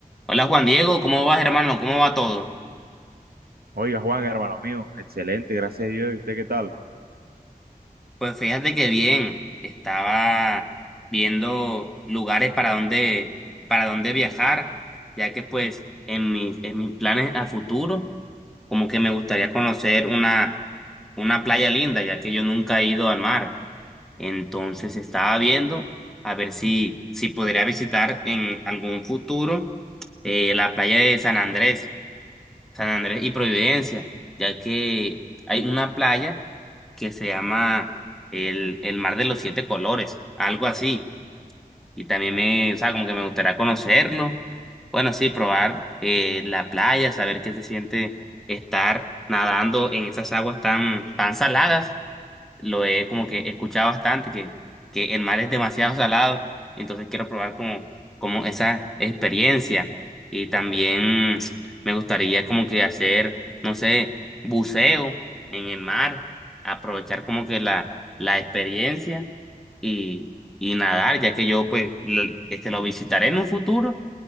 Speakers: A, in the centre; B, on the right.
A: Hola Juan Diego, ¿cómo vas hermano? ¿Cómo va todo?
B: Oiga, Juan, hermano mío, excelente, gracias a Dios. ¿Y usted qué tal?
A: Pues fíjate que bien, estaba viendo lugares para dónde, para dónde viajar, ya que pues en mis, en mis planes a futuro, como que me gustaría conocer una, una playa linda, ya que yo nunca he ido al mar. Entonces estaba viendo a ver si, si podría visitar en algún futuro eh, la playa de San Andrés. San Andrés y Providencia, ya que hay una playa que se llama el, el Mar de los Siete Colores, algo así. Y también me, o sea, como que me gustaría conocerlo. Bueno, sí, probar eh, la playa, saber qué se siente estar nadando en esas aguas tan, tan saladas lo he como que escuchado bastante, que, que el mar es demasiado salado, entonces quiero probar como, como esa experiencia. Y también <tsk> me gustaría como que hacer, no sé, buceo en el mar, aprovechar como que la, la experiencia y, y nadar, ya que yo pues lo- este, lo visitaré en un futuro